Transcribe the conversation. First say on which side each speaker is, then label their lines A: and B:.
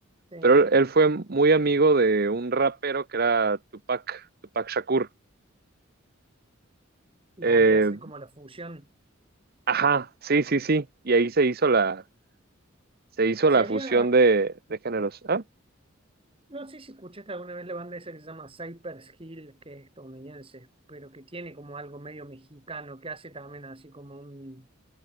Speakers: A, on the right; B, on the right.
A: Sí.
B: Pero él fue muy amigo de un rapero que era Tupac, Tupac Shakur.
A: Y
B: Eh,
A: ahí hace como la fusión.
B: ajá,
A: Sí.
B: sí, sí, sí. Y ahí se hizo la, se hizo la
A: Sería,
B: fusión de, de géneros. Ah,
A: no sé si escuchaste alguna vez la banda esa que se llama Cypress Hill, que es estadounidense, pero que tiene como algo medio mexicano, que hace también así como un,